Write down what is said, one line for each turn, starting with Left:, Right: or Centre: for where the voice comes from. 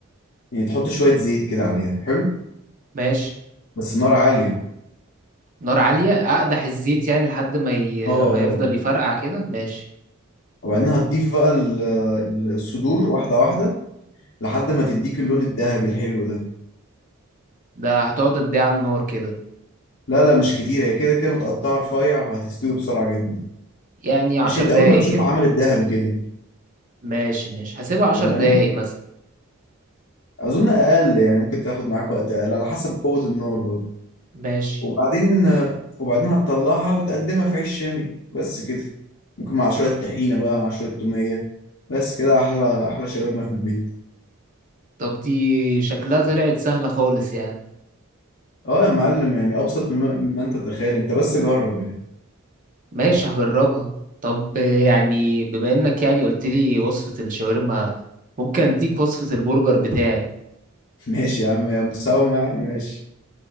Left: يعني تحط شوية زيت كده عليها حلو
Right: ماشي
Left: بس النار عالية
Right: نار عالية اقدح الزيت يعني لحد ما ي...
Left: اه آه. آه.
Right: ما يفضل يفرقع كده ماشي
Left: وبعدين هتضيف بقى ال- ال- الصدور واحدة واحدة لحد ما تديك اللون الذهبي الحلو ده
Right: ده هتقعد قد ايه على النار كده
Left: لا لا مش كتير هي كده كده متقطعة رفيع فهتستوي بسرعة جدا
Right: يعني عشر
Left: مش انت
Right: دقايق
Left: اول ما تشوفها
Right: كده
Left: عملت ذهبي كده
Right: ماشي ماشي هسيبها عشر
Left: تمام
Right: دقايق مثلا
Left: اظن اقل يعني ممكن تاخد معاك وقت اقل على حسب قوة النار برضه
Right: ماشي
Left: وبعدين وبعدين هتطلعها وتقدمها في عيش شامي بس كده ممكن مع شوية طحينة بقى مع شوية تومية بس كده احلى احلى شاورما في البيت
Right: طب دي شكلها طلعت سهلة خالص يعني
Left: اه يا معلم يعني ابسط مما مما انت تتخيل انت بس جرب يعني
Right: ماشي هجربها طب يعني بما انك يعني قلت لي وصفة الشاورما ممكن اديك وصفة البرجر بتاعي
Left: ماشي يا عم يا مساومة يعني ماشي